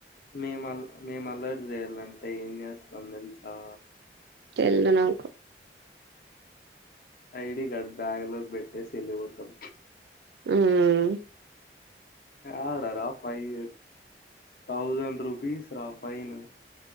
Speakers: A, on the left; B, on the right.
A: మేమల్ మేము అల్లరి జేయాలంటే ఏం చేస్తాం తెలుసా
B: తెల్దు నాకు
A: ఐడి కార్డ్ బ్యాంగలోకి పెట్టేసి ఎళ్లిపోతాం
B: ఉమ్మ్
A: ఆడార ఫైవ్ థౌసండ్ రుపీస్ రా ఫైన్